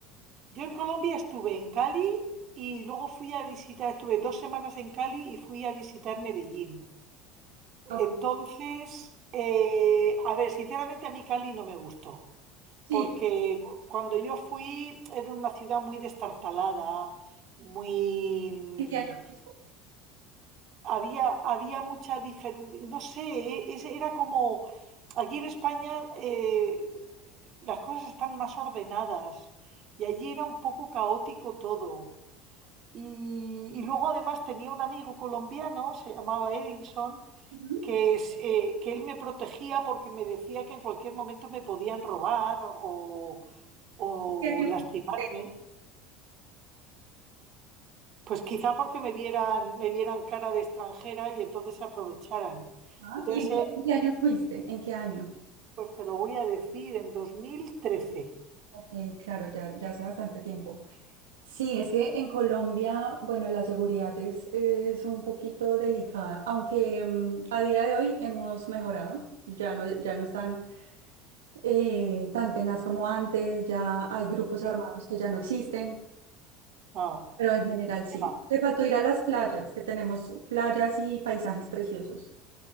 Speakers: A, on the right (about 50°); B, on the right (about 80°).
A: Yo en Colombia estuve en Cali y luego fui a visitar, estuve dos semanas en Cali y fui a visitar Medellín.
B: No,
A: Entonces, eh, a ver, sinceramente a mí Cali no me gustó,
B: sí,
A: porque cu- cuando yo fui era una ciudad muy destartalada, muy... mm,
B: ¿en qué año fuiste?
A: Había, había mucha diferencia, no sé, eh, es- era como... Allí en España eh, las cosas están más ordenadas y allí era un poco caótico todo. Y, y luego además tenía un amigo colombiano, se llamaba Edinson,
B: Ujú.
A: que, es, eh, que él me protegía porque me decía que en cualquier momento me podían robar o, o
B: ¿Qué año
A: lastimarme.
B: fuiste?
A: Pues quizá porque me vieran, me vieran cara de extranjera y entonces se aprovecharan.
B: Ah,
A: Entonces
B: ¿y en qué,
A: él,
B: en qué año fuiste? ¿En qué año?
A: pues te lo voy a decir, en 2013.
B: Ok, claro, ya, ya hace bastante tiempo. Sí, es que en Colombia, bueno, la seguridad es, es un poquito delicada, aunque mm, a día de hoy hemos mejorado, ya no, ya no están eh, tan tenaz como antes, ya hay grupos armados
A: ¿sí?
B: que ya no existen,
A: Ah,
B: pero en general sí.
A: ya.
B: Te faltó ir a las playas, que tenemos playas y paisajes preciosos.